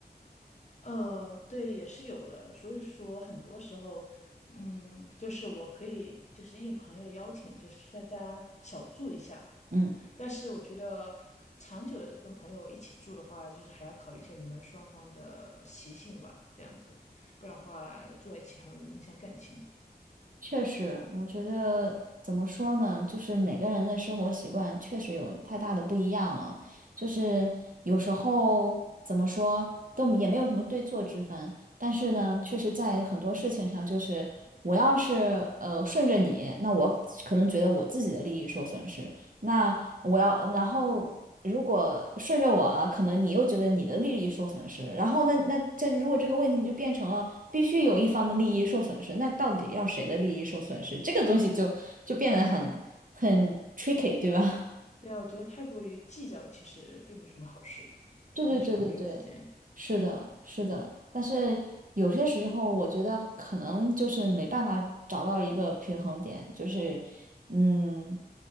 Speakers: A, on the left; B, on the right.
A: 呃，对，也是有的。所以说，很多时候，嗯，就是我可以就是应朋友的邀请，就是去他家小住一下，
B: 嗯。
A: 但是我觉得长久的跟朋友一起住的话，就是还要考虑一下你们双方的习性吧，这样子，不然的话住在一起很容易影响感情。
B: 确实，我觉得怎么说呢，就是每个人的生活习惯确实有太大的不一样了。就是有时候怎么说都也没有什么对错之分，但是呢，确实在很多事情上，就是我要是呃顺着你，那我可能觉得我自己的利益受损失；那我要，然后如果顺着我了，可能你又觉得你的利益受损失，然后那那这如果这个问题就变成了必须有一方的利益受损失，那到底要谁的利益受损失？这个东西就就变得很很 tricky，对吧？
A: 对啊，我觉得太过于计较其实并不是什么好事，
B: <laughs> 对对对对对，
A: 特别是朋友之间。
B: 是的，是的，但是有些时候我觉得可能就是没办法找到一个平衡点，就是嗯，